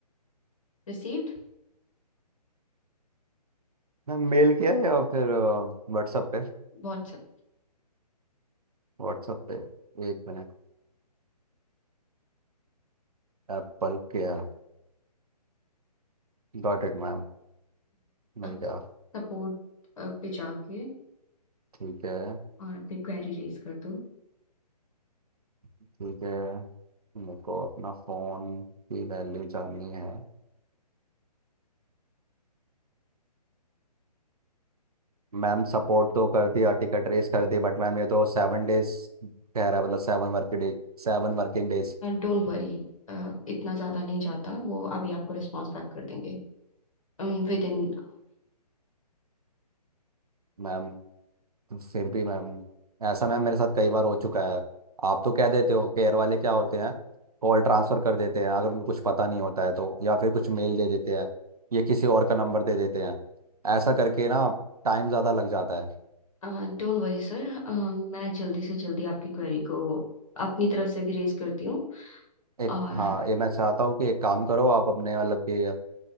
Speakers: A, on the left; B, on the right.
A: Received
B: मैम मेल किया है या फिर व्हाट्सअप पे
A: WhatsApp
B: व्हाट्सअप पे एक minute Apple Care Got it ma'am मिल
A: आप सपोर्ट
B: गया
A: पे जाके
B: ठीक है
A: और अपनी क्वेरी रेज कर दो
B: ठीक है मेरे को अपना फोन की वैल्यू जाननी है मैम सपोर्ट तो कर दिया टिकट रेस कर दी बट मैम ये तो सेवन डेज कह रहा है मतलब सेवन working day सेवन working days
A: डोंट वरी इतना ज़्यादा नहीं जाता वो अभी आपको रिस्पॉन्स बैक कर देंगे within
B: Ma'am फिर भी मैम ऐसा मैम मेरे साथ कई बार हो चुका है आप तो कह देते हो केयर वाले क्या होते हैं कॉल ट्रांसफर कर देते हैं अगर उनको कुछ पता नहीं होता है तो या फिर कुछ मेल दे देते हैं या किसी और का नंबर दे देते हैं ऐसा करके ना टाइम ज़्यादा लग जाता है
A: hour Don't worry sir मैं जल्दी से जल्दी आपकी क्वेरी को अपनी तरफ से भी रेज करती हूँ
B: एक
A: और
B: हाँ ये मैं चाहता हूँ कि एक काम करो आप अपने मतलब कि